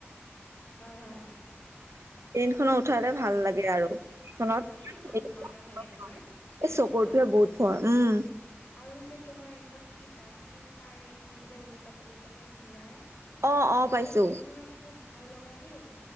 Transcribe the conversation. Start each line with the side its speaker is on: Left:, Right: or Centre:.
Left: হয়, হয়।
Right: <inaudible> ট্ৰেইন খনত উঠালে ভাল লাগে আৰু খনত
Left: অ সেইটোত ইমান
Right: এই
Left: ভয় নালাগে তোমাৰ ট্ৰেইনখনত
Right: চকৰ <unintelligible> বুতফৰ উম।
Left: আৰু যে তোমাৰ এইখন কি ডান্সিং কাৰ নে কি যে ওলোটা পোলোটাকে ঘূৰায়?
Right: অ অ
Left: সেইটো
Right: পাইছো
Left: এটা তোমাৰ খুব ভয় লগা দেই।